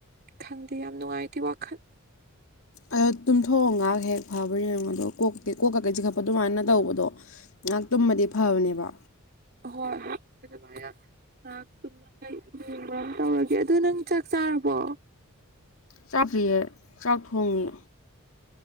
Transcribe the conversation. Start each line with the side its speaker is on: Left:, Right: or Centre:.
Right: ꯈꯪꯗꯦ ꯌꯥꯝ ꯅꯨꯡꯉꯥꯏꯇꯦ ꯋꯥꯈꯜ
Left: ꯑꯗꯣ ꯇꯨꯝꯊꯣꯛꯑꯣ ꯉꯥꯏꯍꯥꯛ ꯍꯦꯛ ꯐꯕ꯭ꯔꯥ ꯌꯦꯡꯉꯣꯗꯣ ꯀꯣꯛꯀ ꯀꯣꯛ ꯀꯛꯀꯩꯁꯤ ꯈꯛꯄ ꯑꯗꯨꯃꯥꯏꯅ ꯇꯧꯕꯗꯣ ꯉꯥꯏꯍꯥꯛ ꯇꯨꯝꯃꯗꯤ ꯐꯕꯅꯦꯕ
Right: ꯍꯣꯏ ꯑꯗꯨꯃꯥꯏꯅ ꯉꯥꯛ ꯇꯨꯝꯃꯒꯥ ꯌꯦꯡꯕ ꯑꯃ ꯇꯧꯔꯒꯦ ꯑꯗꯨ ꯅꯪ ꯆꯥꯛ ꯆꯥꯔꯕꯣ
Left: ꯆꯥꯛꯄꯤꯍꯦ ꯆꯥꯛ ꯊꯣꯡꯉꯤ